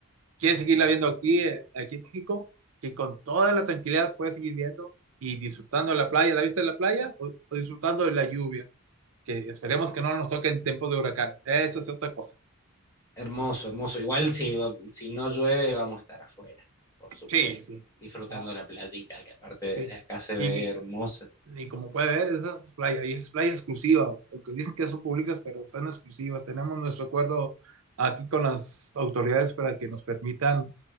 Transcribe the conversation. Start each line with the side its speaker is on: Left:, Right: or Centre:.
Right: quiere seguirla viendo aquí, eh, aquí en México, que con toda la tranquilidad puede seguir viendo y disfrutando de la playa. ¿La viste en la playa o, o disfrutando de la lluvia? Que esperemos que no nos toque en tiempos de huracanes. Eso es otra cosa.
Left: Hermoso, hermoso. Igual si, si no llueve vamos a estar afuera, por supuesto,
Right: Sí, sí.
Left: disfrutando
Right: No,
Left: la playita, que aparte desde
Right: sí.
Left: acá se
Right: ¿Y
Left: ve hermosa.
Right: Y como puede ver, esa es playa, y es playa exclusiva, aunque dicen que son públicas, pero son exclusivas. Tenemos nuestro acuerdo aquí con las autoridades para que nos permitan